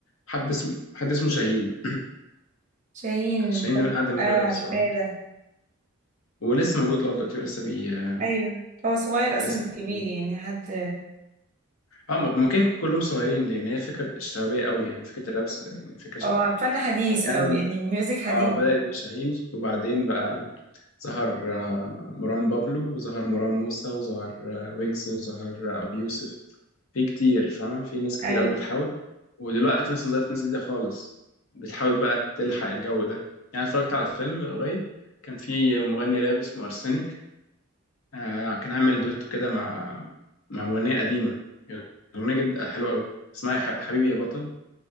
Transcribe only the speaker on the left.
حد اسمه حد اسمه شاهين
<clears throat> شاهين
ده من أقدم
الرابرز
اه
ولسه موجود لغاية دلوقتي ولسه بي آه،
لسه
بيعمل
اه م- ما كانوا كلهم صغيرين لأن هي فكرة شبابية قوي يعني فكرة الراب س- يعني فكرة شبابية
فكان
اه بدأت بشاهين وبعدين بقى ظهر آه، مروان بابلو وظهر مروان موسى وظهر آه، ويجز وظهر آه، أبي يوسف في كتير فاهم في ناس كتير
قوي بتحاول ودلوقتي مثلا ظهرت ناس جديدة خالص بتحاول بقى تلحق الجو ده يعني اتفرجت على فيلم قريب كان في مغني راب اسمه أرسنك آه كان عامل دويتو كده مع مع مغنية قديمة أغنية جد حلوة قوي اسمها يا ح- حبيبي يا بطل